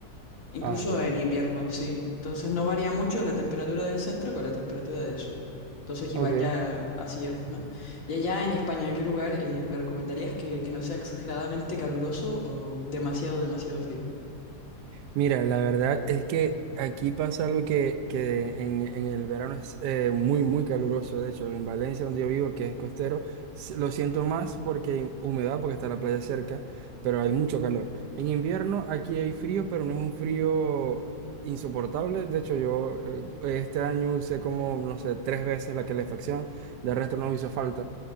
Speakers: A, on the left; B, on the right.
A: Incluso
B: Ah, wow.
A: en invierno, sí. Entonces no varía mucho la temperatura del centro con la temperatura del sur. Entonces igual
B: Ok.
A: ya así ya pues, ¿no? Y allá en España, ¿qué lugar eh, me recomendarías que, que no sea exageradamente caluroso o demasiado, demasiado frío?
B: Mira, la verdad es que aquí pasa algo que, que en, en el verano es eh, muy, muy caluroso. De hecho, en Valencia, donde yo vivo, que es costero, s- lo siento más porque hay humedad, porque está la playa cerca, pero hay mucho calor. En invierno aquí hay frío, pero no es un frío insoportable. De hecho, yo eh, este año usé como, no sé, tres veces la calefacción. De resto no hizo falta,